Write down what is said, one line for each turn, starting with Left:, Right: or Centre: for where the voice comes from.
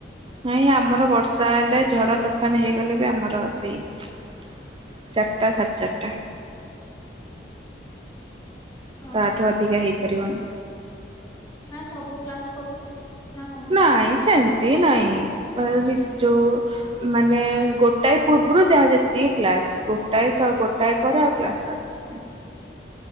Right: ନାଇଁ ଆମର ବର୍ଷା ହେଲେ ଝଡ, ତୋଫାନ ହେଇଗଲେ ବି ଆମର ସେଇ। ଚାରିଟା ସାଢ଼େ ଚାରିଟା।
Left: ହଁ।
Right: ତାଠୁ ଅଧିକା ହେଇପାରିବନି।
Left: ନା ସବୁ କ୍ଲାସ କରୁଛନ୍ତି। ନା ହଁ, ମାନେ
Right: ନାଇଁ
Left: ଏମିତି
Right: ସେମିତି ନାଇଁ ପାରାଜିସି ଯୋଉଁ। ମାନେ ଗୋଟାଏ ପୂର୍ବରୁ ଯାହା ଯେତିକି କ୍ଲାସ। ଗୋଟାଏ ଶ ଗୋଟାଏ ପରେ ଆଉ କ୍ଲାସ, ଫ୍ଲାସ୍ କିଛି ନାହିଁ।